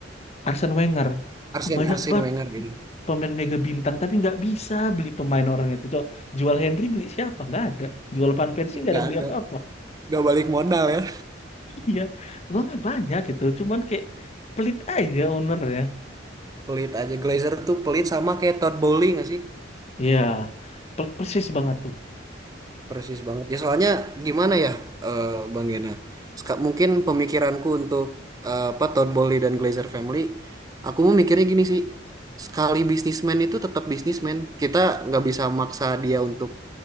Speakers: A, on the left; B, on the right.
A: Arsene Wenger
B: Arsene
A: banyak
B: Arsene
A: banget.
B: Wenger ini.
A: pemain mega bintang tapi nggak bisa beli pemain orang itu Coba, jual Henry beli siapa nggak ada jual Van Persie nggak
B: Nggak
A: ada beli
B: ada.
A: apa-apa
B: Nggak balik modal ya.
A: <laughs> iya uangnya banyak gitu cuman kayak pelit aja ownernya
B: Pelit aja. Glazer tuh pelit sama kayak Todd Bowley nggak sih?
A: iya pel- persis banget tuh
B: Persis banget. Ya soalnya gimana ya eh, Bang Gena? Seka- mungkin pemikiranku untuk eh, apa Todd Bowley dan Glazer Family, aku mau mikirnya gini sih. Sekali bisnismen itu tetap bisnismen. Kita nggak bisa maksa dia untuk